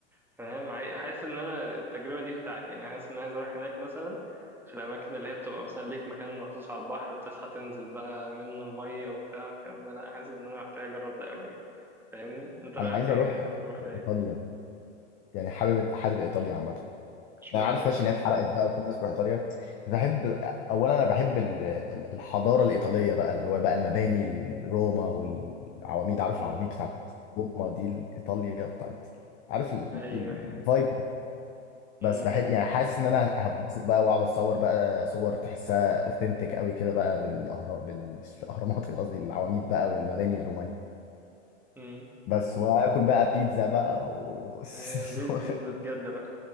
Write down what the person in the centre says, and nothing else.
فاهم عاي- حاسس ان انا التجربه دي بتاعتي يعني حاسس ان عايز اروح هناك مثلا في الاماكن اللي هي بتبقى مثلا ليك مكان مخصوص على البحر بتصحى تنزل بقى منه الميه وبتاع الكلام ده لا حاسس ان انا محتاج اجرب ده قوي يعني. فاهمني انت رايك
ايه
عايز تروح فين
اشمعنى
بقى
امم
ايوه
ايوه امم
امم <laughs>
ايوه بيتزا
بيتزا بجد بقى